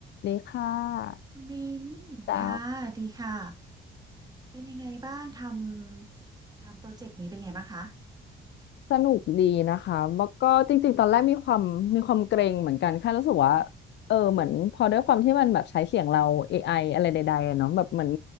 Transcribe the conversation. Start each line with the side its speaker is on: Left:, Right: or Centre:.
Left: ดีค่ะ
Right: คุณมิน
Left: จ้า
Right: ค่ะดีค่ะ เป็นยังไงบ้างทำทำโปรเจกต์นี้เป็นไงบ้างคะ
Left: สนุกดีนะคะแล้วก็จริงๆตอนแรกมีความมีความเกรงเหมือนกันแค่รู้สึกว่าเออเหมือนพอด้วยความที่มันแบบใช้เสียงเรา AI อไออะไรใดๆอะเนาะแบบเหมือน